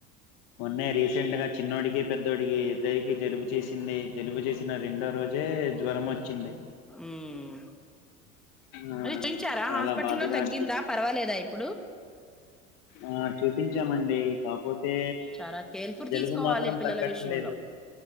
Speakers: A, on the left; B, in the centre.
A: మొన్నే రీసెంట్ గా చిన్నోడ్ అడికి పెద్దోడికి ఇద్దరికి జలుబు చేసింది. జలుబు చేసిన రెండో రోజే జ్వరం వచ్చింది.
B: హ్మ్
A: ఆ
B: అది చేయిన్చారా
A: చాలా
B: హాస్పిటల్లో
A: బాధగా
B: తగ్గిందా
A: అనిపించి
B: పర్వాలేదా ఇప్పుడు
A: ఆ చూపించామండి కాక్ పోతే
B: చాలా కేర్ఫుల్
A: జలుబు
B: తీసుకోవాలి
A: మాత్రం
B: పిల్లల
A: తగ్గట్లేదు.
B: విషయంలో